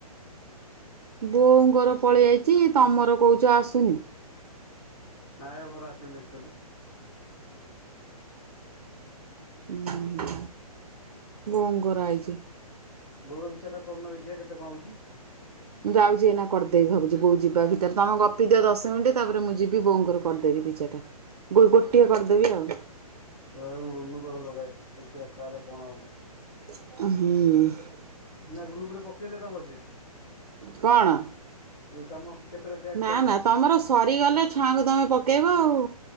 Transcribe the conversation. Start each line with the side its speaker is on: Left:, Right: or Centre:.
Right: ବୋଉଙ୍କର ପଳେଇ ଆଇଚି ତମର କହୁଚ ଆସୁନି।
Left: ନାଇଁ ବା ମୋର ଆସିନି ଦେଖୁଥିଲି।
Right: ଉଁ ବୋଉଙ୍କର ଆଇଚି।
Left: ବୋଉର ଦି ଚାରିଟା କରୁନ ଦେଖିଆ କେତେ କଣ ଆଉଚି।
Right: ମୁଁ ଯାଉଚି ଏଇନା କରିଦେବି ଭାବୁଚି ବୋଉ ଯିବା ଭିତରେ। ତମେ ଗପିଦିଅ ଦଶ ମିନିଟ୍ ତାପରେ ମୁଁ ଯିବି ବୋଉଙ୍କର କରିଦେବି ଦି ଚାରିଟା। ଗୋ ଗୋଟିଏ କରିଦେବି ଆଉ।
Left: ରହ ମୁଁ ରୁନୁ ପାଖକୁ ଲଗାଏ ଦେଖିଆ ତାରେ କଣ ଆଉଚି।
Right: ହୁଁ।
Left: ନା ଗ୍ରୁପ ରେ ପକେଇଲେ ଦବ ସେ?
Right: କଣ
Left: ଯୋଉ କାମ କେତେଟା ଟ୍ୟାକ୍ସ
Right: ନା
Left: ସଇଲାଣି?
Right: ନା ତମର ସରିଗଲେ ଛୁଆଙ୍କୁ ତମେ ପକେଇବ ଆଉ